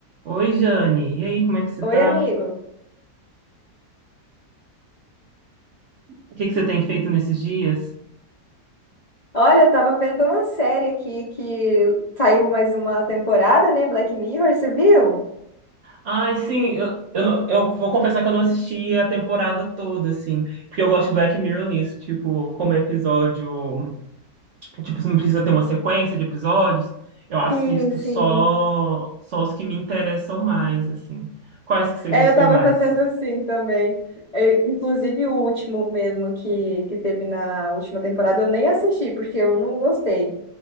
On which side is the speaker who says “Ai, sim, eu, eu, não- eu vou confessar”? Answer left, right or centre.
Right